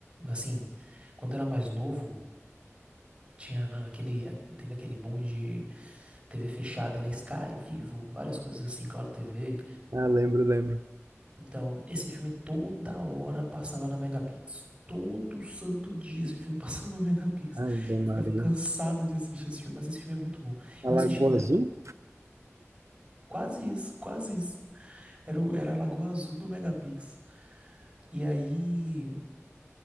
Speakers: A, on the right; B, on the right.
A: assim, quando era mais novo, tinha aquele, teve aquele boom de TV fechada, né? Sky, Vivo, várias coisas assim, Claro TV.
B: Ah, lembro, lembro.
A: Então, esse filme toda hora passava na Megapix. Todo santo dia esse filme <laughs> passava na Megapix.
B: Ave Maria.
A: Eu ficava cansado de assistir esse filme, mas esse filme é muito bom.
B: A
A: Eu
B: Lagoa
A: assisti quando
B: Azul?
A: era quase isso, quase isso. Era, o- era a Lagoa Azul do Megapix. E aí,